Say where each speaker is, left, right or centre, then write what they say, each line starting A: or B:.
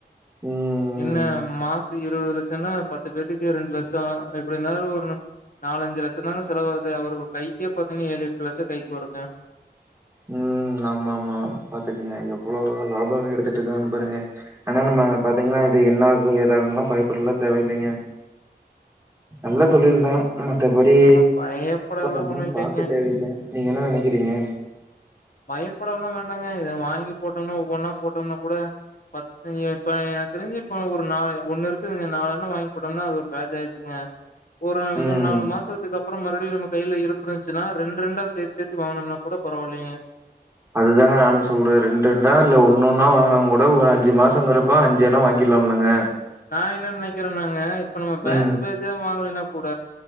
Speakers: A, on the right; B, on the left.
A: ம்
B: என்ன மாசோ இருவது லட்சோனா பத்து பேத்துக்கு ரெண்டு லட்சோ எப்டினாலு ஒரு நாலஞ்சு லட்சோ தாங்க செலவாகுது அவரு கைக்கே பாத்தீங்கன்னா ஏழு எட்டு லட்சோ கைக்கு வரும்ங்க
A: ம் ஆமா ஆமா பாத்துக்கங்க எவ்ளோ
B: ம்.
A: லாபோ எடுத்துட்டுருக்காங்கனு பாருங்க ஆனா நம்ம பாத்தீங்கன்னா இது என்னாகும் ஏதாகும்லா பயப்படலா தேவ இல்லைங்க நல்ல தொழில் தா மத்தபடி
B: நம்ம பயப்படலாம்
A: ஒன்னு
B: ஒண்ணும் இல்லைங்க.
A: பாக்க தேவயில்ல நீங்க என்ன நெனைக்குறீங்க
B: பயப்படல்லா வேண்டாங்க இத வாங்கி போட்டோனா ஒவ்வொன்னா போட்டோம்னா கூட பத்து இப்ப எனக்கு தெரிஞ்சு இப்ப ஒரு நா ஒண்ணுருக்கு இதுங்க நால்லோனு வாங்கி போட்டோம்னா அது ஒரு <unintelligible> ஆயிடுச்சுங்க ஒரு
A: ம்
B: மூணு நாலு மாசத்துக்கப் அப்புறோ மறுபடி நம்ம கைல இருப்பு இருந்துச்சினா ரெண்ரெண்டா சேத்து சேத்தி வாங்கனும்னா கூட பரவாயில்லைங்க
A: அதுதாங்க நானு சொல்றே ரெண்டு ரெண்டா இல்ல ஒன்னொன்னா வாங்குனாங் கூட ஒரு அஞ்சு மாசங்கிறப்ப அஞ்சு தென வாங்கிற்லாம்லங்க
B: நா என்ன நெனைக்கிறேனாங்க இப்ப நம்ம பேஜு
A: ம்
B: பேஜ வாங்கலைனா கூட